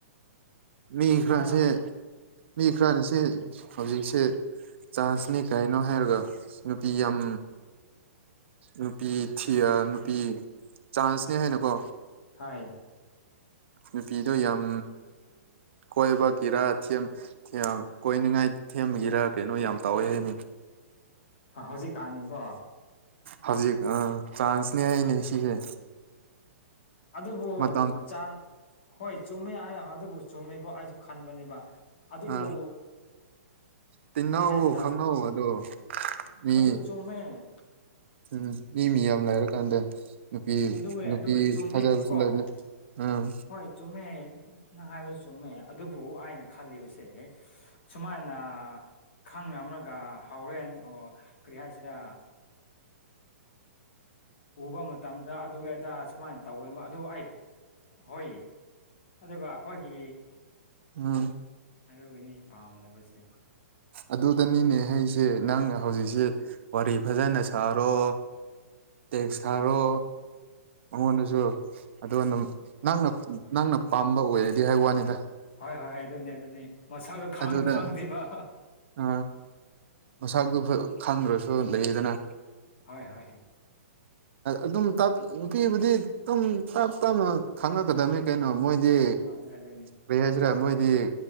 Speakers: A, on the right; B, on the left.
A: ꯃꯤ ꯈꯔꯥꯁꯦ
B: ꯍꯥ
A: ꯃꯤ ꯈꯔꯅꯤꯁꯦ ꯍꯧꯖꯤꯛꯁꯦ ꯆꯥꯟꯁꯅꯦ ꯀꯥꯏꯅꯣ ꯍꯥꯏꯔꯒ ꯅꯨꯄꯤ ꯌꯥꯝ ꯅꯨꯄꯤ ꯊꯤ ꯅꯨꯄꯤ ꯆꯥꯟꯁꯅꯦ ꯍꯥꯏꯅꯀꯣ
B: ꯍꯥꯏ
A: ꯅꯨꯄꯤꯗꯨꯣ ꯌꯥꯝ ꯀꯣꯏꯕꯒꯤꯔꯥ ꯀꯣꯏ ꯍꯥꯏꯅꯤꯡꯉꯥꯏ ꯊꯦꯝꯒꯤꯔꯥ ꯀꯩꯅꯣ ꯌꯥꯝ ꯇꯥꯎꯋꯦ ꯍꯥꯏꯅꯤ
B: ꯍꯧꯖꯤꯛ ꯀꯥꯡꯉꯤꯀꯣ
A: ꯍꯧꯖꯤꯛ ꯑ ꯆ꯭ꯔꯥꯟꯁꯅꯦ ꯍꯥꯏꯅꯦ ꯁꯤꯁꯦ
B: ꯑꯗꯨꯕꯨ
A: ꯃꯇꯝ
B: ꯆꯥꯟ ꯍꯣꯏ ꯆꯨꯝꯃꯦ ꯍꯥꯏ ꯑꯗꯨꯕꯨ ꯆꯨꯝꯃꯦꯀꯣ ꯑꯩꯁꯨ ꯈꯟꯕꯅꯦꯕ ꯑꯗꯨꯕꯨ
A: ꯑ ꯇꯤꯟꯅꯧ
B: ꯀꯔꯤ ꯍꯥꯏꯁꯤꯔ
A: ꯈꯪꯍꯧꯎ ꯑꯗꯣ ꯃꯤ
B: ꯑꯗꯨ ꯆꯨꯝꯃꯦ
A: ꯎꯝ ꯃꯤ ꯃꯤ ꯌꯥꯝ ꯂꯩꯔ ꯀꯥꯟꯗ ꯅꯨꯄꯤ
B: ꯑꯗꯨꯋꯦ
A: ꯅꯨꯄꯤ
B: ꯑꯗꯨꯋꯦ ꯆꯨꯝꯃꯦ
A: ꯐꯖꯕꯁꯨ
B: ꯀꯣ
A: ꯂꯩꯕꯅꯦ ꯎꯝ
B: ꯍꯣꯏ ꯆꯨꯝꯃꯦꯃꯦ ꯅꯉꯥꯏꯕ ꯆꯨꯝꯃꯦ ꯑꯗꯨꯕꯨ ꯑꯩꯅ ꯈꯜꯂꯤꯕꯁꯦ ꯁꯨꯃꯥꯏꯅ ꯈꯪꯅ ꯑꯃꯂꯒ ꯍꯣꯔꯦꯟ ꯑꯣ ꯀꯔꯤ ꯍꯥꯏꯁꯤꯔꯥ ꯎꯕ ꯃꯇꯝꯗ ꯑꯗꯨ ꯑꯗꯥ ꯁꯨꯃꯥꯏꯅ ꯇꯧꯒꯗꯕ ꯑꯗꯨ ꯑꯩ ꯍꯣꯏ ꯑꯗꯨꯒ ꯑꯩꯈꯣꯏꯒꯤ
A: ꯑꯝ
B: ꯑꯗꯨꯒꯅꯤ ꯑꯩ ꯄꯥꯝꯗꯕꯣꯠꯁꯦ
A: ꯑꯗꯨꯗꯅꯤꯅꯦ ꯑꯩꯁꯦ ꯅꯪ ꯍꯧꯖꯤꯛꯁꯤꯦ ꯋꯥꯔꯤ ꯐꯖꯅ ꯁꯥꯔꯣ ꯇꯦꯛꯁ ꯊꯔꯣ ꯃꯉꯣꯟꯗꯁꯨ ꯑꯣ ꯑꯗꯨꯝ ꯅꯪꯅ ꯅꯪꯅ ꯄꯥꯝꯕ ꯑꯣꯏꯔꯗꯤ ꯍꯥꯏ ꯋꯥꯅꯤꯗ
B: ꯍꯣꯏ ꯍꯣꯏ ꯑꯗꯨꯅꯦ ꯑꯗꯨꯅꯦ ꯃꯁꯥꯁꯨ ꯈꯪ
A: ꯑꯗꯨꯗ
B: ꯈꯪꯗꯦꯕ
A: ꯑ ꯃꯁꯥꯛꯗꯨꯨ ꯈꯪꯗ꯭ꯔꯁꯨ ꯂꯩꯗꯅ
B: ꯍꯣꯏ ꯍꯣꯏ ꯍ
A: ꯑꯗꯨꯝꯞ ꯅꯨꯄꯤꯕꯨꯗꯤ ꯑꯗꯨꯝ ꯇꯞ ꯇꯞꯅ ꯈꯪꯉꯛꯀꯗꯕꯅꯤ ꯀꯩꯅꯣ ꯃꯣꯏ ꯍꯥꯏꯗꯤ
B: ꯍꯣꯏ ꯑꯗꯨꯅꯤ
A: ꯀꯔꯤ ꯍꯥꯏꯁꯤꯔꯥ ꯃꯣꯏꯗꯤ